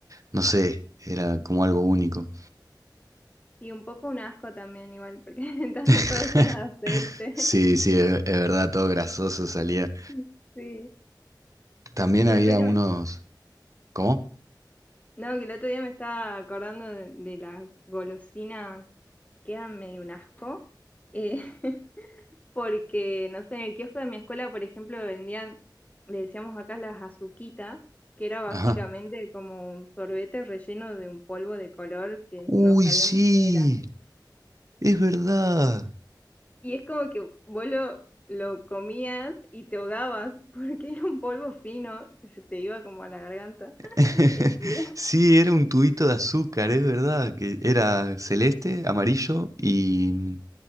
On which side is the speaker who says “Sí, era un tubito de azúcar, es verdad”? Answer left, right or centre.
Right